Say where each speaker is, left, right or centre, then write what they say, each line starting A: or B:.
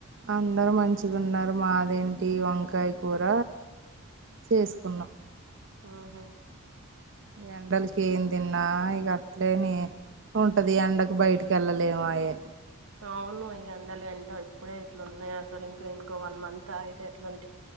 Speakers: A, on the right (about 60°); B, on the right (about 75°).
A: అందరు మంచిగా ఉన్నారు మాదేంటి వంకాయ కూర చేసుకున్నాం
B: ఆహా
A: ఈ ఎండలకి ఏం తిన్నా ఇక అట్లేనే ఉంటది ఎండకు బయటికి వెళ్ళలేమాయే
B: అవును ఈ ఎండలెంటో ఇప్పుడే ఎట్లున్నాయో అసలు ఇం ఇంకో వన్ మంత్ ఆగితే ఎట్లున్